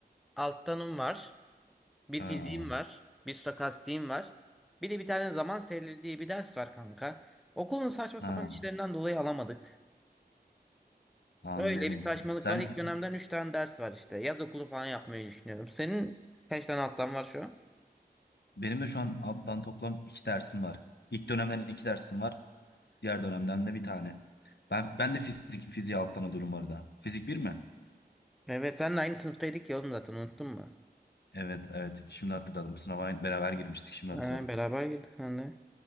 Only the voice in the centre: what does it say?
alttanım var. Bir
fiziğim var. Bir stokastiğim var. Bir de bir tane zaman serileri diye bir ders var kanka. Okulun saçma sapan
işlerinden dolayı alamadık.
Öyle bir saçmalık
var. İlk dönemden 3 tane ders var işte. Yaz okulu falan yapmayı düşünüyorum. Senin kaç tane alttan var şu an?
Evet senle aynı sınıftaydık ya oğlum zaten unuttun mu?
Ee,
beraber girdik hani.